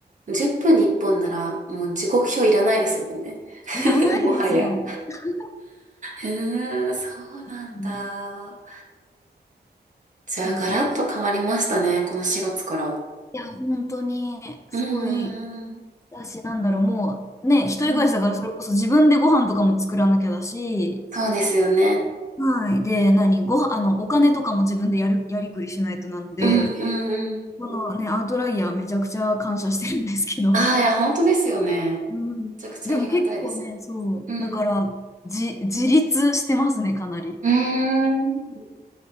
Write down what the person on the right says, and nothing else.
10分に1本なら、もう時刻表いらないですもんね。
<laughs> もはや。
うーん、そうなんだ。
じゃあ、
ガラッと変わりましたね、この4月から。うん
うんうん。
うん、
そうですよね。
うんうんうんうん。
ああ、いや、本当ですよね。め
ちゃくちゃありがたいですよね。
うん。
うーん。